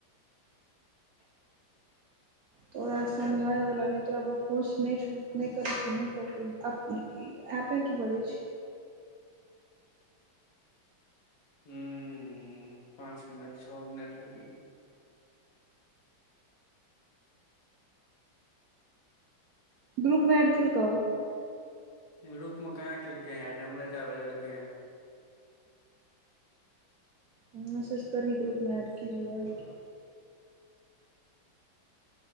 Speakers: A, on the right; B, on the left.
A: तोरा समझाबै वाल नै तोरा पर फोर्स छ छने नै <unintelligible> एपे की बजै छी
B: <unintelligible> पाँच मिनट छओ मिनट भैले
A: ग्रुपमे ऐड केलको
B: रूप म कहाँ केलकै एड नम्बर ता भेजेलकै है
A: ह मेंसेज करही ग्रुपमे ऐड <unintelligible>